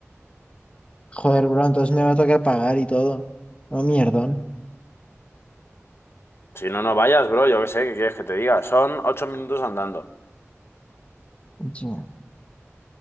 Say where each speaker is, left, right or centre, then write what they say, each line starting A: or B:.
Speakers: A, on the left; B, on the left.
A: Joder, bro, entonces me va a tocar pagar y todo. No, mierdón.
B: Si no, no vayas, bro, yo qué sé, ¿qué quieres que te diga? Son ocho minutos andando.
A: Ya.